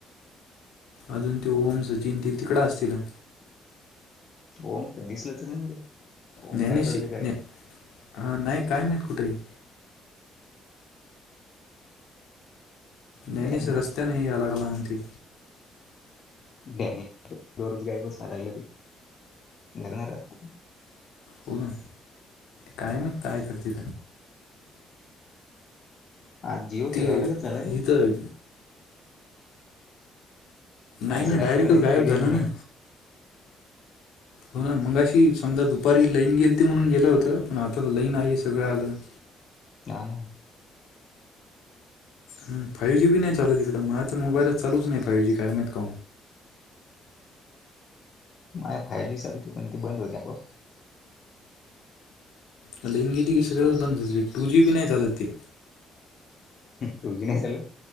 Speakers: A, on the left (about 60°); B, on the left (about 45°).
A: अजून ते ओम, सचिन ते तिकड असतील,
B: ओम तर दिसलेच नाही मला ओम
A: ज्ञानेश
B: गायब झाल
A: ज्ञा हा नाही काय माहित कुठे गेली? त्या दिवशी
B: डॅनी
A: रस्त्याने यायला लागली म्हणती
B: <unintelligible> दररोज गायबच व्हायला लागली ती यायला लागली ना घरात
A: हो ना काय माहित काय करते?
B: हा जिओच
A: ते
B: अलगच झालं रे
A: इथं नाही
B: आज
A: ना
B: लाईट
A: डायरेक्टच
B: पण येत
A: गायब
B: रेंज
A: झालं
B: नाही
A: ना हो ना मगाशी समजा दुपारी लईन गेली त म्हणून गेलं होत पण आता तर लईन आहे सगळ्या आलं
B: हा ना
A: हम फाईव्ह जीबी नाही चालत तिकडं मोबाईल चालूच नाही पाहिजे कायम का
B: माय फायव जी चालते पण ते बंद होते आपोआप
A: <unintelligible> की सगळच बंद हो टू जी बी नाही चालत त
B: तुझी नसेल